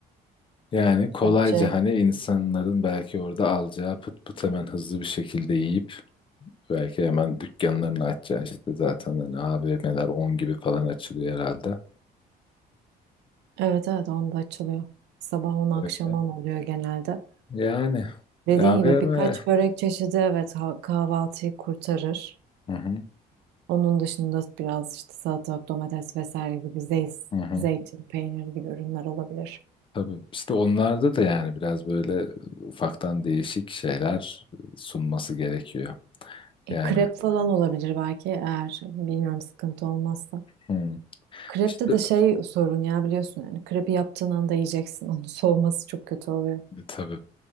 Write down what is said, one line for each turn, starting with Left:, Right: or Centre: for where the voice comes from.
Left: Yani kolayca
Right: Bence
Left: hani insanların belki orada alacağı pıt pıt hemen hızlı bir şekilde yiyip Belki hemen dükkanlarını açacaksın işte zaten hani AVM'ler 10 gibi falan açılıyor herhalde.
Right: evet evet onda açılıyor. Sabah 10 akşam
Left: Öyle.
Right: 10 oluyor genelde.
Left: Yani
Right: Dediğin
Left: AVM
Right: gibi birkaç börek çeşidi evet ha- kahvaltıyı kurtarır.
Left: Hı hı,
Right: Onun dışında biraz işte salatalık, domates vesaire gibi zeyt,
Left: hı hı.
Right: zeytin, peynir gibi ürünler olabilir.
Left: Tabii işte onlarda da yani biraz böyle ufaktan değişik şeyler sunması gerekiyor.
Right: E,
Left: Yani
Right: krep falan olabilir belki eğer bilmiyorum sıkıntı olmazsa.
Left: hı.
Right: Krepte
Left: İşte
Right: de şey sorun ya biliyorsun yani krepi yaptığın anda yiyeceksin <laughs> onun soğuması çok kötü oluyor.
Left: e, tabii